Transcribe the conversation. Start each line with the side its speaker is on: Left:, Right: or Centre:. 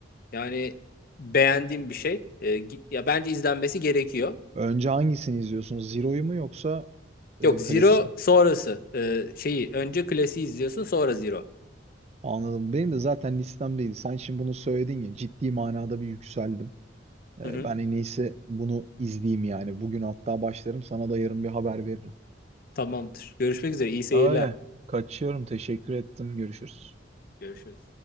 Left: yani beğendiğim bir şey. E, gi- ya bence izlenmesi gerekiyor.
Right: Önce hangisini izliyorsunuz? Zero'yu mu yoksa e,
Left: Yok Zero
Right: klasiği mi?
Left: sonrası. E, şeyi önce klasiği izliyorsun sonra Zero.
Right: Anladım. Benim de zaten listemdeydi. Sen şimdi bunu söyledin ya ciddi manada bir yükseldim. Ee,
Left: Hı hı.
Right: ben en iyisi bunu izleyeyim yani. Bugün hatta başlarım sana da yarın bir haber veririm.
Left: Tamamdır. Görüşmek üzere. İyi seyirler.
Right: Öyle. Kaçıyorum. Teşekkür ettim. Görüşürüz.
Left: Görüşürüz.